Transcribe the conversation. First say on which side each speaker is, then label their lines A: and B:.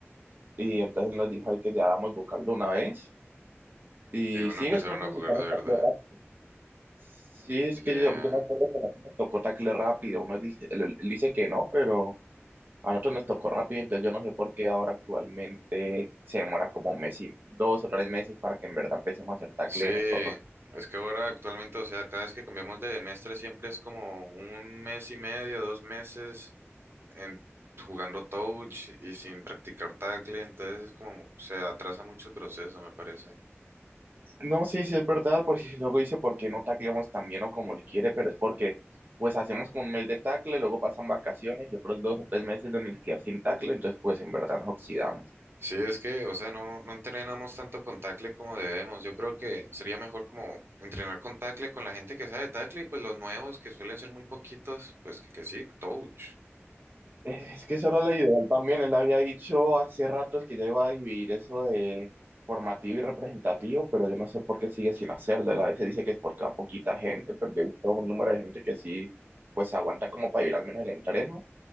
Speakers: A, on the right; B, on the right.
A: y entonces él nos dijo ahí que ya hagamos vocal de una vez y
B: y de una
A: sí,
B: empezaron
A: es que nosotros
B: a jugar
A: empezamos
B: de verdad.
A: tacle rápido. Sí,
B: Y
A: es que
B: ya.
A: yo, yo me acuerdo que nosotros nos tocó tacle rápido, uno dice, él, él dice que no, pero a nosotros nos tocó rápido, entonces yo no sé por qué ahora actualmente se demora como un mes y dos o tres meses para que en verdad empecemos a hacer tacle
B: Sí,
A: nosotros.
B: es que ahora actualmente, o sea, cada vez que cambiamos de mestre siempre es como un mes y medio, dos meses en, jugando touch y sin practicar tackle, entonces es como se atrasa mucho el proceso, me parece.
A: No, sí, sí es verdad, porque luego dice por qué no tacleamos tan bien o como él quiere, pero es porque pues hacemos como un mes de tacle, luego pasan vacaciones y otros dos o tres meses de universidad sin tacle, entonces pues en verdad nos oxidamos.
B: Sí, es que, o sea, no, no entrenamos tanto con tackle como debemos. Yo creo que sería mejor como entrenar con tackle con la gente que sabe tackle y pues los nuevos que suelen ser muy poquitos, pues que, que sí, touch.
A: Es que eso era lo ideal también, él había dicho hace ratos que ya iba a dividir eso de formativo y representativo, pero yo no sé por qué sigue sin hacerlo, él a veces dice que es porque a poquita gente, pero yo he visto un número de gente que sí pues se aguanta como para ir al menos el entreno